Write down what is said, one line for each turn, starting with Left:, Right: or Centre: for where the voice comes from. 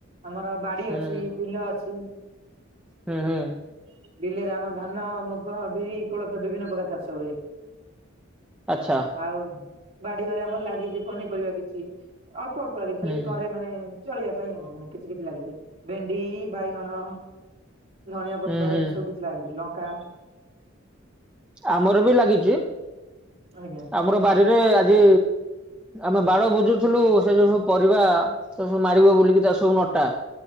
Right: ଆମର ବାଡି
Centre: ହୁଁ
Right: ଅଛି ବିଲ ଅଛି।
Centre: ହୁଁ ହୁଁ
Right: ବିଲରେ ଆମର ଧାନ, ମୁଗ, ବିରି, କୋଳଥ ବିଭିନ୍ନ ପ୍ରକାର ଚାଷ ହୁଏ।
Centre: ଆଛା।
Right: ଆଉ ବାଡି ଘରେ ଆମର ଲାଗିଛି ପନିପରିବା କିଛି ଅଳ୍ପ ଅଳ୍ପ ଲାଗିଛି ଖାଲି
Centre: ହୁଁ
Right: ଘରେ ମାନେ ଚଳିବା ପାଇଁ ଆଉ ମାନେ କିଛି କିଛି ଲାଗିଛି ଭେଣ୍ଡି ବାଇଗଣ। ଧଣିଆ ପତ୍ର
Centre: ହୁଁ ହୁଁ।
Right: ଏମିତି ସବୁ କିଛି ଲାଗିଛି ଲଙ୍କା।
Centre: ଆମର ବି ଲାଗିଛି।
Right: ଆଜ୍ଞା।
Centre: ଆମର ବାରିରେ ଆଜି ଆମେ ବାଡ ବୁଝୁଥିଲୁ ସେ ଯୋଉ ସବୁ ପରିବା ସେ ସବୁ ମାଡିବ ବୋଲିକି ତା ସବୁ ନଟା।